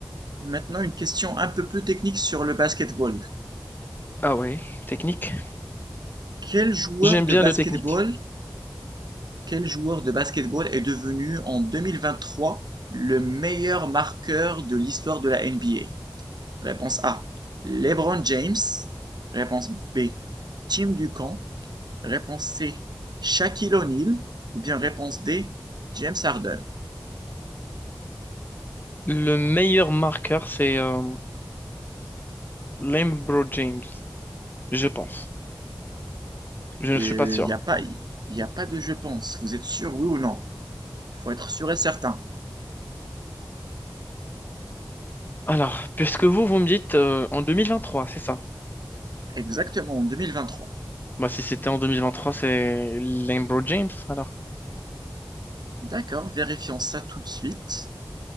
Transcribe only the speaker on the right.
Maintenant, une question un peu plus technique sur le basketball.
Quel joueur
de
basketball,
quel joueur de basketball est devenu en 2023 le meilleur marqueur de l'histoire de la NBA? Réponse A. LeBron James. Réponse B. Tim Duncan. Réponse C. Shaquille O'Neal. Ou bien réponse D. James Harden.
Il
n'y a pas, y a pas de je pense. Vous êtes sûr, oui ou non? Il Faut être sûr et certain.
Exactement, en 2023.
D'accord, vérifions ça tout de suite.